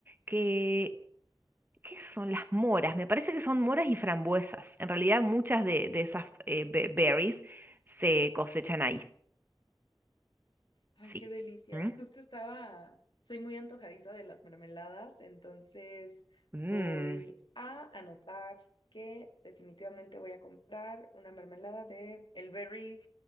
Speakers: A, on the right; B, on the left.
A: que, ¿qué son las moras? Me parece que son moras y frambuesas. En realidad muchas de, de esas eh, be- berries se cosechan ahí,
B: Ay,
A: sí.
B: qué delicia.
A: ¿Mm?
B: Justo estaba, soy muy antojadiza de las mermeladas, entonces
A: Mm,
B: voy a anotar que definitivamente voy a comprar una mermelada de el berry